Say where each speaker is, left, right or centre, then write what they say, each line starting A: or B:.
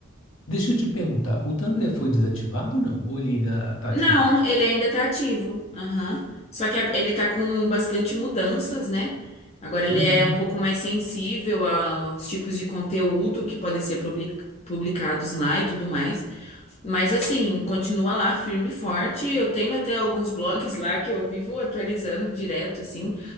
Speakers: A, on the left; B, on the left.
A: Deixa eu te perguntar, o Tumblr foi desativado ou não? Ou ele ainda está ativo?
B: Não, ele ainda tá ativo. Aham. Só que a- ele tá com bastante mudanças, né? Agora ele
A: Uhum.
B: é um pouco mais sensível aos tipos de conteúdo que podem ser publi- publicados lá e tudo mais. Mas assim, continua lá firme e forte. Eu tenho até alguns blogs lá que eu vivo atualizando direto, assim,